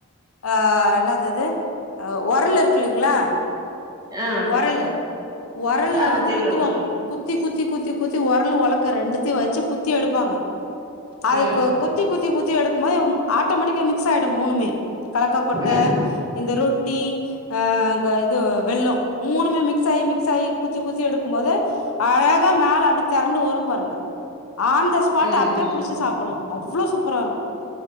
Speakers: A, on the left; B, on the right.
A: ஆஹ் என்னாதது ஒரல் இருக்குல்லைங்ளா
B: ஆ
A: ஒரல் ஒரல்ல
B: ஆ
A: வந்து
B: தெரியு
A: குத்துவாங்க
B: ஒரு
A: குத்தி குத்தி குத்தி குத்தி ஒரல் ஒலக்க ரெண்டுத்தையு வச்சு குத்தி எடுப்பாங்க அதுக்கு
B: ம்
A: குத்தி குத்தி குத்தி எடுக்கும் போது ஆட்டோமேட்டிக்கா மிக்ஸ் ஆயிடு மூணுமே கலக்கா கொட்ட
B: ஆ
A: இந்த ரொட்டி ஆஹ் இது ல்லோ மூணுமே மிக்ஸ் ஆகி மிக்ஸ் ஆகி குத்தி குத்தி எடுக்கும்போது அழகா மேல அப்படி தெரண்டு வரும் பாருங்க ஆன் த ஸ்பாட்
B: ம்
A: அப்பயே புடிச்சு சாப்பட்லா அவ்ளோ சூப்பரா இருக்